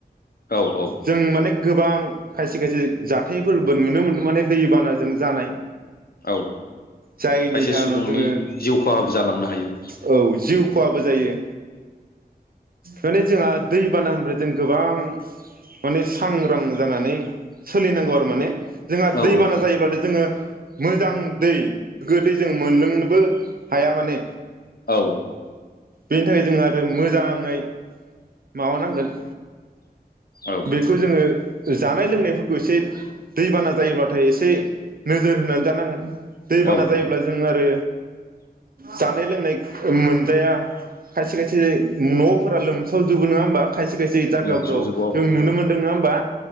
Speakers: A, on the left; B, on the right.
A: औ औ
B: जों माने गोबां खायसे खायसे जाथायफोरबो नुनो मोन्दों माने दैबानाजों जानाय।
A: औ
B: जायनि
A: खायसे
B: जाहोनाव
A: सुबुंनि
B: जोङो
A: जिउ खहाबो जालांनो हायो।
B: औ जिउ खहाबो जायो माने जोंहा दैबाना <unintelligible> जों गोबां माने सांग्रां जानानै सोलिनांगौ आरो माने जोंहा
A: औ
B: दैबाना जायोबाथाय जोङो मोजां दै गोदै जों मोनलोंनोबो हाया माने
A: औ
B: बेनि थाखाय जों आरो मोजाङै माबानांगोन
A: औ
B: बेखौ जोङो जानाय लोंनायफोरखौ एसे दैबाना जायोब्लााथाय एसे नोजोर होनानै जानांगोन। दैबाना
A: औ
B: जायोब्ला जों आरो जानाय लोंनाय मोनजाया खायसे खायसे न'फोरा लोमसावजोबो नङा होमबा खायसे खायसे ग जायगाफोराव
A: लोमसावजोबो औ
B: जों नुनो मोन्दों नङा होमबा